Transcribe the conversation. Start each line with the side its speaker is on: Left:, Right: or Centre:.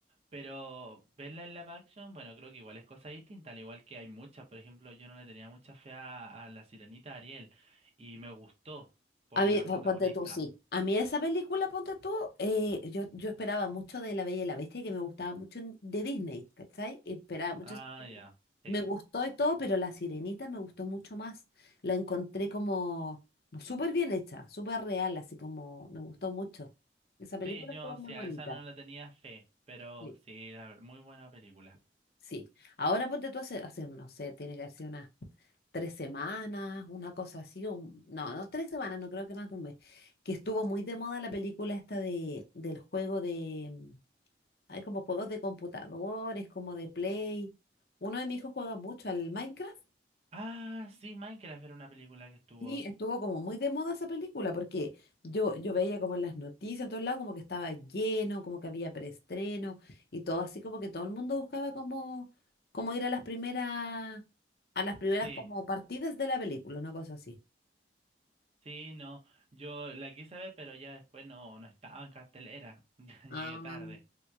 Right: Pero verla en live action, bueno, creo que igual es cosa distinta, al igual que hay muchas. Por ejemplo, yo no le tenía mucha fe a, a la sirenita Ariel y me gustó por
Left: A
Right: la
Left: mí, po-
Right: protagonista.
Left: ponte tú, sí. A mí esa película, ponte tú, eh, yo, yo esperaba mucho de La Bella y la Bestia, que me gustaba mucho en- de Disney, ¿cachai? Esperaba mucho.
Right: Ah,
Left: esa película.
Right: ya, sí.
Left: Me gustó y todo, pero La Sirenita me gustó mucho más. La encontré como súper bien hecha, súper real, así como me gustó mucho. Esa película
Right: Sí, yo
Left: estuvo muy
Right: sí,
Left: bonita.
Right: a esa no le tenía fe, pero
Left: Sí.
Right: sí, la ver- muy buena película.
Left: Sí. Ahora ponte tú hace, hace, no sé, tiene que hacer unas tres semanas, una cosa así, o un- no, no, tres semanas, no creo que más de un mes, que estuvo muy de moda la película esta de, del juego de, mm, hay como juegos de computadores, como de Play. Uno de mis hijos juega mucho al Minecraft.
Right: Ah, sí, Minecraft era una película que estuvo.
Left: Sí, estuvo como muy de moda esa película, porque yo, yo veía como en las noticias, en todos lados, como que estaba lleno, como que había preestreno, y todo así como que todo el mundo buscaba como, como ir a las primeras, a las primeras
Right: Sí,
Left: como partidas de la película, una cosa así.
Right: sí, no. Yo la quise ver, pero ya después no, no estaba en cartelera. <laughs> ya Llegué
Left: Ah.
Right: tarde.